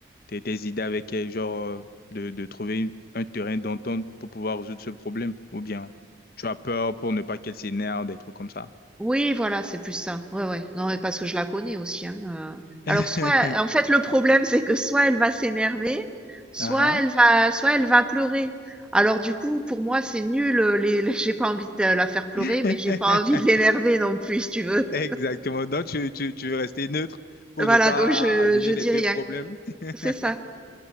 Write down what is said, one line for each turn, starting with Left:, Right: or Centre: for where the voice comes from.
Left: tes, tes idées avec elle, genre euh, de, de trouver une- un terrain d'entente pour pouvoir résoudre ce problème, ou bien tu as peur pour ne pas qu'elle s'énerve, des trucs comme ça.
Centre: Oui, voilà, c'est plus ça. Ouais, ouais. Non, mais parce que je la connais aussi, hein, heu.
Left: <laughs>
Centre: Alors soit en fait, le problème, c'est que soit elle va s'énerver, soit
Left: Ah
Centre: elle
Left: ah.
Centre: va soit elle va pleurer. Alors du coup, pour moi, c'est nul, heu, les les j'ai pas envie de la faire pleurer,
Left: <laughs>
Centre: mais j'ai pas envie de l'énerver non plus, si tu veux.
Left: Exactement. Donc tu, tu, tu veux rester neutre pour
Centre: Voilà,
Left: ne pas
Centre: donc je
Left: amener
Centre: je dis
Left: les deux
Centre: rien.
Left: problèmes. <laughs>
Centre: C'est ça.